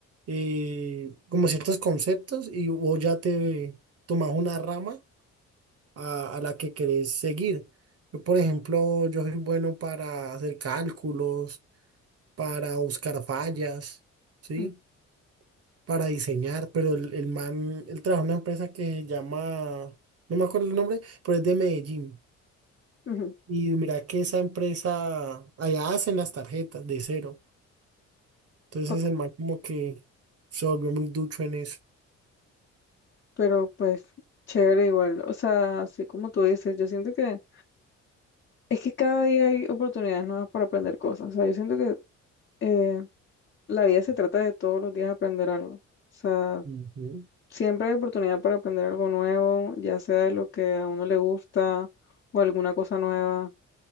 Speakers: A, on the right (about 50°); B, on the left (about 40°).
A: eh, como ciertos conceptos y vos ya te tomas una rama a, a la que querés seguir. Yo, por ejemplo, yo soy bueno para hacer cálculos, para buscar fallas, ¿sí?
B: ujú,
A: Para diseñar, pero el, el man, él trabaja en una empresa que se llama, no me acuerdo el nombre, pero es de Medellín.
B: ujú.
A: Y mira que esa empresa, allá hacen las tarjetas de cero. Entonces
B: Ok,
A: el man como que se volvió muy ducho en eso.
B: Pero pues, chévere igual. O sea, así como tú dices, yo siento que es que cada día hay oportunidades nuevas para aprender cosas. O sea, yo siento que eh, la vida se trata de todos los días aprender algo. O sea,
A: Ujú.
B: siempre hay oportunidad para aprender algo nuevo, ya sea de lo que a uno le gusta o alguna cosa nueva.